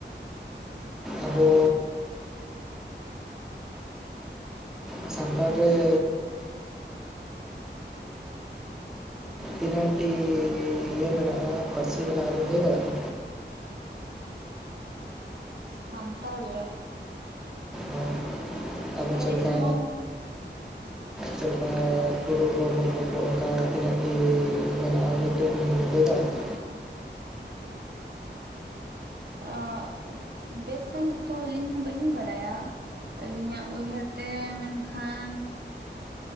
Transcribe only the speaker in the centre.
ᱟᱵᱚᱻ ᱥᱟᱱᱛᱟᱲ ᱨᱮᱻ ᱛᱤᱱᱟᱹᱜ ᱴᱤᱻ ᱤᱭᱟᱹ ᱢᱮᱱᱟᱜ-ᱟ ᱯᱟᱹᱨᱥᱤ ᱢᱮᱱᱟᱜ-ᱟ ᱵᱤᱱ ᱞᱟᱹᱭ ᱫᱟᱲᱮᱭᱟᱜ-ᱟ?
ᱦᱚᱭ ᱟᱫᱚ
ᱪᱮᱫ ᱞᱮᱠᱟ?
ᱪᱮᱫ ᱞᱮᱠᱟ ᱴᱩᱰᱩ ᱠᱚ ᱢᱩᱨᱢᱩ ᱠᱚ ᱚᱱᱠᱟ ᱛᱤᱱᱟᱹᱜ ᱴᱤᱻ ᱢᱮᱱᱟᱜ-ᱟ? ᱧᱩᱛᱩᱢ‌ ᱵᱤᱱ ᱞᱟᱹᱭ ᱫᱟᱲᱮᱜ-ᱟ?